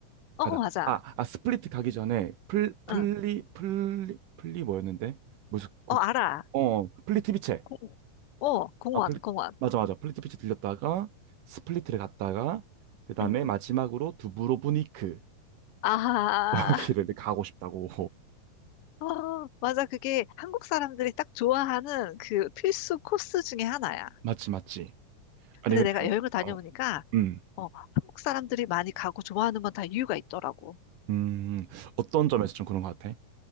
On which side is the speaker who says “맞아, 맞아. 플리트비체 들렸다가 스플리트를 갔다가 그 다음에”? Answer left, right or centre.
Right